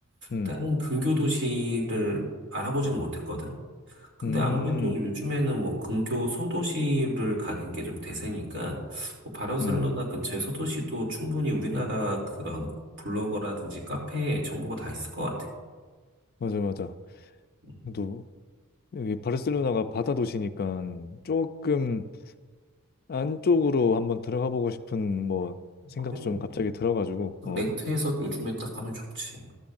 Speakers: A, on the left (about 45°); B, on the right (about 55°).
A: 음,
B: 다른 근교 도시를 알아보지는 못했거든. 근데
A: 음,
B: 아무래도 요즘에는 뭐 근교 소도시를 가는 게 좀 대세니까 뭐 바르셀로나
A: 음.
B: 근처의 소도시도 충분히 우리나라 그런 블로거라든지 카페에 정보가 다 있을 것 같아.
A: 맞아 맞아.
B: 음,
A: 또 여기 바르셀로나가 바다 도시니까 조금 안쪽으로 한번 들어가 보고 싶은 뭐 생각도
B: 그래.
A: 좀 갑자기 들어가지고
B: 렌트해서
A: 어.
B: 요즘에 딱 가면 좋지.